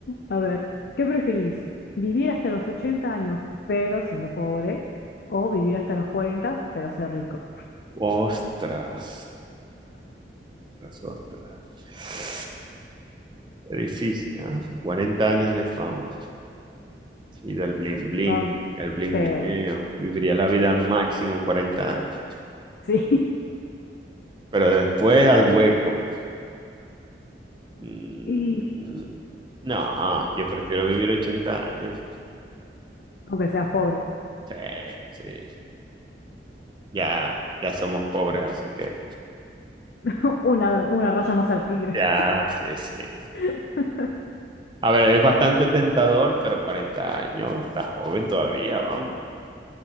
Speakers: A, on the left (about 60°); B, on the right (about 25°).
A: a ver, ¿qué preferís? ¿Vivir hasta los 80 años pero siendo pobre? ¿O vivir hasta los cuarenta pero ser rico?
B: Ostras, ostras, ostras. Es difícil, ¿ah? 40 años de fama y del bling bling,
A: Vam-
B: el bling
A: sí,
B: blineo. Viviría la vida al máximo 40 años.
A: <laughs> sí,
B: Pero después al hueco. Mm,
A: y
B: mm, No, yo prefiero vivir 80 años.
A: aunque seas pobre.
B: Sí, sí. Ya, ya somos pobres, así que
A: <laughs> Una, una raya más al tigre.
B: ya, sí, sí. sí.
A: <laughs>
B: A ver, es bastante tentador, pero 40 años, está joven todavía, vamos.